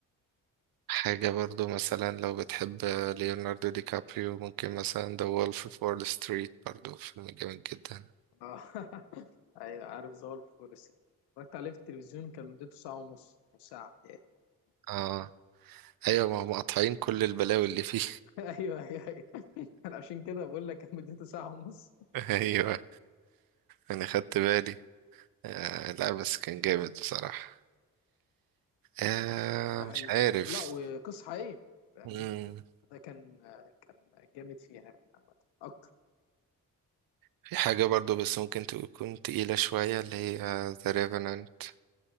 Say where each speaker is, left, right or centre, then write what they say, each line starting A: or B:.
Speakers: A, on the right (about 60°); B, on the left (about 80°).
A: حاجة برضو مثلا لو بتحب ليوناردو دي كابريو ممكن مثلا The Wolf of Wall Street برضو فيلم جامد جدا
B: اه <laughs> ايوه عارف ظهر في فول الصين اتفرجت عليه في التلفزيون كان مدته ساعة ونص نص ساعة يعني.
A: اه ايوه ما هم قاطعين كل البلاوي اللي فيه
B: <laughs> ايوه ايوه ايوه أنا عشان كده بقول لك كان مدته ساعة ونص
A: <laughs> ايوه انا خدت بالي آه لا بس كان جامد بصراحة آه
B: ده
A: مش
B: حقيقي
A: عارف
B: لا وقصة حقيقية فاهمني
A: مم.
B: ده كان كان جامد فيها عامة اكتر
A: في حاجة برضو بس ممكن تكون تقيلة شوية اللي هي The Revenant